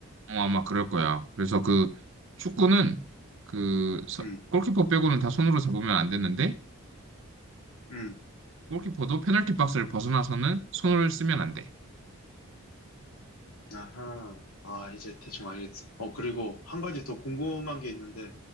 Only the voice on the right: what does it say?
어, 아마 그럴 거야. 그래서 그 축구는 그 서-
골키퍼 빼고는 다 손으로 잡으면 안 되는데
골키퍼도 페널티 박스를 벗어나서는 손을 쓰면 안 돼.